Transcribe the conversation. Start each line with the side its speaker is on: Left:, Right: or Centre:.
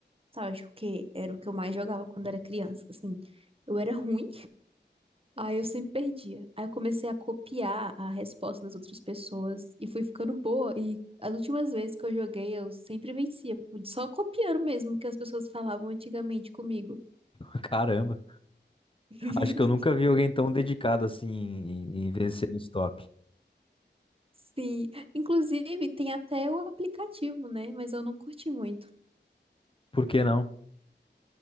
Right: nostálgico, que era o que eu mais jogava quando era criança, assim. Eu era ruim, aí eu sempre perdia. Aí eu comecei a copiar a resposta das outras pessoas e fui ficando boa. E as últimas vezes que eu joguei, eu sempre vencia, só copiando mesmo o que as pessoas falavam antigamente comigo.
Left: <laughs> Caramba,
Right: <laughs>
Left: Acho que eu nunca vi alguém tão dedicado assim em, em vencer no stop.
Right: Sim, inclusive tem até o aplicativo, né? Mas eu não curti muito.
Left: Por que não?